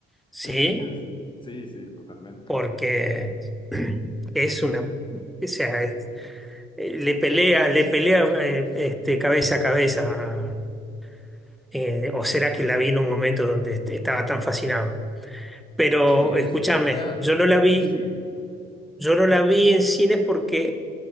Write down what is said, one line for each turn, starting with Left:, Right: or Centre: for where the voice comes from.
Centre: ¿Sí?
Left: <laughs> Sí, sí, totalmente.
Centre: Porque <clears throat> es una. O sea, es- eh, le pelea, le pelea eh, este, cabeza a cabeza. eh, o será que la vi en un momento donde est- estaba tan fascinado. Pero
Left: Sí,
Centre: escúchame,
Left: es, es real,
Centre: yo
Left: es
Centre: no
Left: real,
Centre: la vi,
Left: es sí.
Centre: Yo no la vi en cines porque,